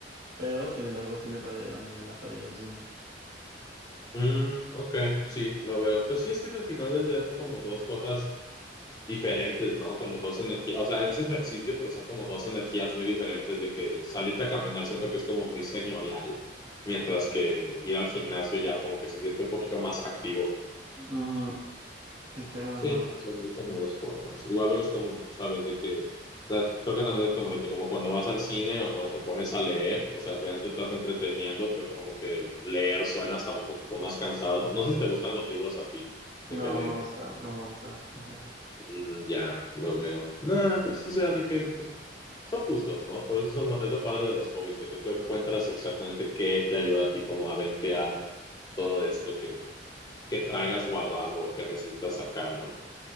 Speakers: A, on the right (about 65°); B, on the left (about 20°).
A: Pero, sin embargo, sí me pararía en la mañana para ir al gym.
B: Mm, ok, sí, lo veo. Pues sí, es que al final del día son como dos cosas diferentes, ¿no? Como dos energías, o sea, es ejercicio, pero son como dos energías muy diferentes de que salirte a caminar siento que es como muy señorial, mientras que ir al gimnasio ya como que se siente un poquito más activo.
A: Ujú, Sí, tienes razón.
B: Sí, son muy como dos formas. Igual luego es como, sabes, de que, o sea, creo que también es como de que como cuando vas al cine o cuando te pones a leer, o sea, al final te estás entreteniendo, pero como que leer suena hasta un poquito más cansado. No sé si te gustan los libros a ti,
A: No,
B: de que
A: no
B: leer.
A: me gusta, no me gusta. <laughs>
B: Mm, ya, lo veo. Nada, pues o sea, de que pues, son gustos, ¿no? Pero eso es lo, es lo padre de los hobbies, de que tú encuentras exactamente qué te ayuda a ti como a ventear todo esto que, que traigas guardado o que necesitas sacar, ¿no?